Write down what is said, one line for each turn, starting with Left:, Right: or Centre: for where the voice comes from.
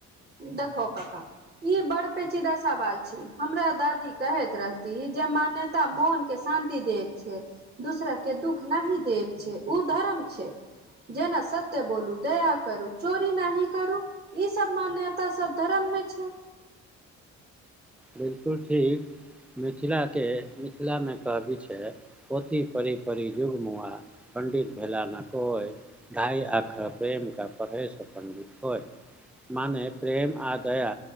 Right: देखो क का ई बड़ पेचीदा सवाल छी, हमरा दादी कहैत रहती जे मानत मोन के शान्ति देत छै। दूसरा के दुःख नहि दैत छै ओ धरम छै। जेना सत्य बोलू दया करू चोरी नहीं करू ई सब मान्य तऽ सब धरमे छै।
Centre: बिलकुल ठीक मिथिलाके मिथिलामे कहबी छै। पोथी पिड़ी पिड़ी जुगमआ पण्डित भेल ना कोइ ढ़ाइ आखर प्रेम का पढ़य सो पण्डित होय मानेे प्रेम आ दया